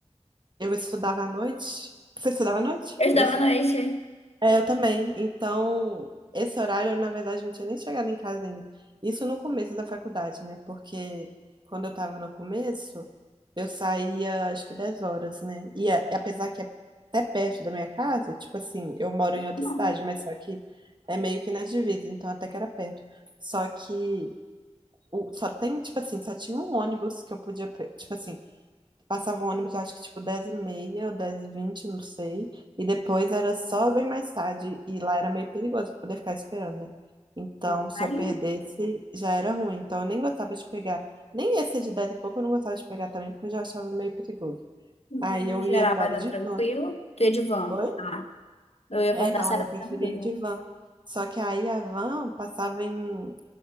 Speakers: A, on the right (about 40°); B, on the left (about 65°).
A: eu estudava à noite. Você estudava à noite?
B: Eu estudava
A: Eu, estu-
B: à noite.
A: é, eu também. Então, esse horário, eu, na verdade, não tinha nem chegado em casa ainda. Isso no começo da faculdade, né? Porque quando eu tava no começo, eu saía acho que 10 horas, né? E a- apesar que é até perto da minha casa, tipo assim, eu moro em outra
B: Não,
A: cidade, mas só que é meio que na divisa, então até que era perto. Só que o- só tem, tipo assim, só tinha um ônibus que eu podia, pe- tipo assim, passava o ônibus, acho que tipo dez e meia ou dez e vinte não sei, e depois era só bem mais tarde, e lá era meio perigoso pra poder ficar esperando, né? Então,
B: não, imagina.
A: se eu perdesse, já era ruim. Então, eu nem gostava de pegar, nem esse de 10 e pouco eu não gostava de pegar também, porque eu já achava meio perigoso.
B: No
A: Aí eu
B: geral
A: ia embora
B: era
A: de
B: tranquilo.
A: van.
B: Tu ia de van.
A: Oi?
B: Ah, eu ia
A: É,
B: perguntar
A: não,
B: se
A: aí
B: era
A: eu preferia
B: tranquilo.
A: ir de van. Só que aí a van passava em